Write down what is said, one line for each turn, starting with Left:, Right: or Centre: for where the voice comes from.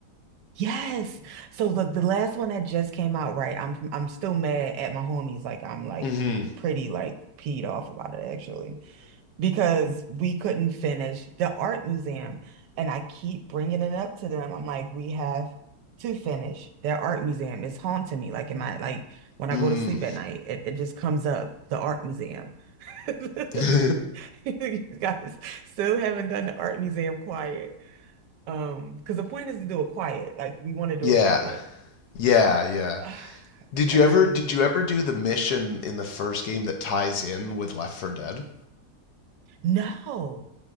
Right: Yes. So look, the last one that just came out, right? I'm I'm still mad at my homies. Like I'm like
Left: Mm-hmm.
Right: pretty like peed off about it actually because we couldn't finish the art museum, and I keep bringing it up to them. I'm like, we have to finish their art museum. It's haunting me. Like in my like
Left: <laughs>
Right: when I
Left: mm.
Right: go to sleep at night, it, it just comes up the art museum. <laughs>
Left: <laughs>
Right: <laughs> You guys still haven't done the art museum quiet. Um, because the point is to do it quiet. Like we want to do
Left: Yeah.
Right: it quiet.
Left: Yeah, yeah.
Right: <sighs>
Left: Did
Right: And
Left: you ever did you ever do the mission in the first game that ties in with Left 4 Dead?
Right: no,